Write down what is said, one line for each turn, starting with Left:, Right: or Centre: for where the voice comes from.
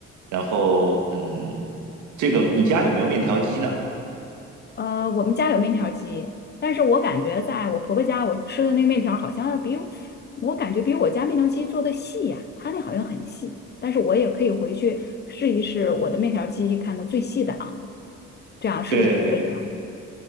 Right: 然后嗯，这个你家有没有面条机呢？
Left: 呃，我们家有面条机，但是我感觉在我婆婆家，我吃的那个面条好像要比我感觉比我家面条机做的细呀、它那好像很细，但是我也可以回去试一试我的面条机，看它最细的啊，这样是不是就可以了？
Right: 对对